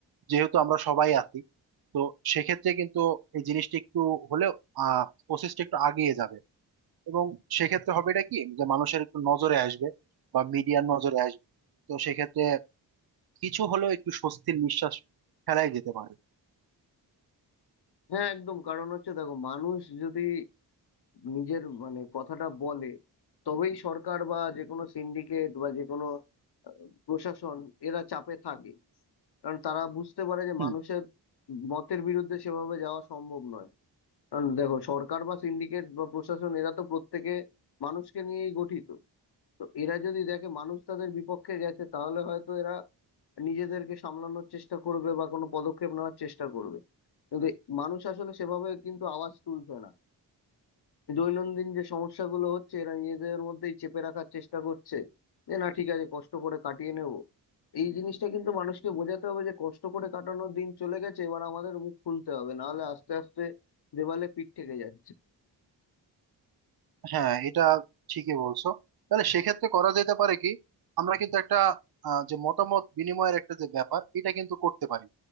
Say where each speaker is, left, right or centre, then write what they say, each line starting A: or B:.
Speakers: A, on the right; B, on the left.
A: যেহেতু আমরা সবাই আছি তো সেক্ষেত্রে কিন্তু এই জিনিসটা একটু হলেও আহ প্রসেসটা একটু আগিয়ে যাবে এবং সেক্ষেত্রে হবে এটা কি যে মানুষের একটু নজরে আসবে বা মিডিয়ার নজরে আসবে তো সেক্ষেত্রে কিছু হলেও একটু স্বস্তির নিঃশ্বাস ফেলাই যেতে পারে
B: হ্যাঁ একদম কারণ হচ্ছে দেখো মানুষ যদি নিজের মানে কথাটা বলে তবেই সরকার বা যে কোনো সিন্ডিকেট বা যে কোনো আহ, প্রশাসন এরা চাপে থাকে কারণ তারা বুঝতে পারে যে
A: হুম
B: মানুষের মতের বিরুদ্ধে সেভাবে যাওয়া সম্ভব নয় কারণ দেখো সরকার বা সিন্ডিকেট বা প্রশাসন এরা তো প্রত্যেকে মানুষকে নিয়েই গঠিত তো এরা যদি দেখে মানুষ তাদের বিপক্ষে গেছে তাহলে হয়তো এরা নিজেদেরকে সামলানোর চেষ্টা করবে বা কোনো পদক্ষেপ নেওয়ার চেষ্টা করবে কিন্তু মানুষ আসলে সেভাবে কিন্তু আওয়াজ তুলছে না দৈনন্দিন যে সমস্যাগুলো হচ্ছে এরা নিজেদের মধ্যেই চেপে রাখার চেষ্টা করছে যে না ঠিক আছে কষ্ট করে কাটিয়ে নেব এই জিনিসটা কিন্তু মানুষকে বোঝাতে হবে যে কষ্ট করে কাটানোর দিন চলে গেছে এবার আমাদের মুখ খুলতে হবে নাহলে আস্তে আস্তে দেওয়ালে পিঠ থেকে যাচ্ছে
A: হ্যাঁ এটা ঠিকই বলছো তাহলে সেক্ষেত্রে করা যেতে পারে কি আমরা কিন্তু একটা আহ, যে মতামত বিনিময়ের একটা যে ব্যাপার এটা কিন্তু করতে পারি